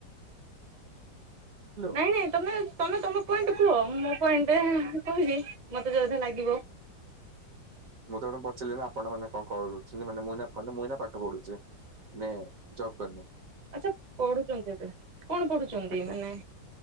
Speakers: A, on the right (about 55°); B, on the right (about 35°).
A: <inaudible>
B: ନାଇଁ ନାଇଁ ତମେ ତମେ ତମ ପଏଣ୍ଟ କୁହ। ମୋ ପଏଣ୍ଟରେ କହିବୀ ମତେ ଜଦି ଲାଗିବ।
A: ମୁଁ ତ କଣ ପଚିଲି ନା ଆପଣ ମାନେ କଣ କରୁଛନ୍ତି? ମାନେ ମୁଇ ମାନେ ମୁଁ ଏୟିନା ପାଠ ପଢୁଛି। ମାନେ ଜବ କରିନି।
B: ଆଚଛା ପଢୁଛନ୍ତି ଏବେ। କଣ ପଢୁଛନ୍ତି
A: ଆଜ୍ଞା
B: ମାନେ?